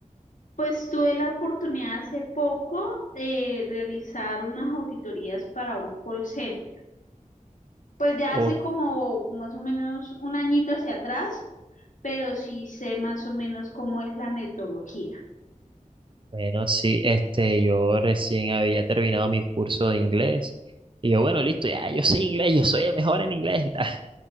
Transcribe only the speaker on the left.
Pues tuve la oportunidad hace poco de realizar unas auditorías para un call center. Pues ya
hace como más o menos un añito hacia atrás, pero sí sé más o menos cómo es la metodología.